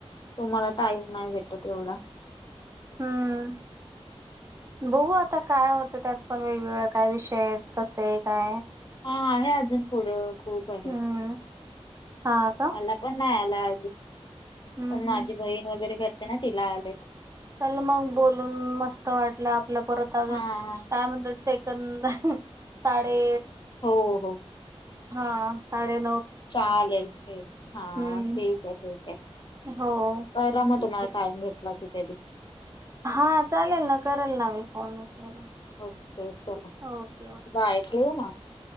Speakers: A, on the left; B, on the right.
A: तुम्हाला टाईम नाही भेटत एवढा
B: हम्म बघू आता काय होत त्यात पण वेगवेगळे काय विषय आहेत कस आहे काय
A: हा आहे अजून पुढं खूप आहे
B: हम्म हा का
A: मला पण नाही आला
B: हम्म
A: पण माझी
B: हम्म
A: बहीण वगैरे करते ना तिला आलेत
B: चल मग बोलून मस्त वाटलं आपल्या परत अजून
A: हा
B: काय म्हणत कध साडे
A: हो हो
B: हा साडेत
A: चालेल ठीक हा
B: हम्म
A: ठीक आहे ठीक आहे
B: हो
A: करा मग
B: ठीक
A: तुम्हा
B: आहे
A: टाम घला क <unintelligible>
B: हा चालेल ना करल ना मी फोन वगैरे
A: ओके चला
B: ओके ओके
A: बाय ठेवू ना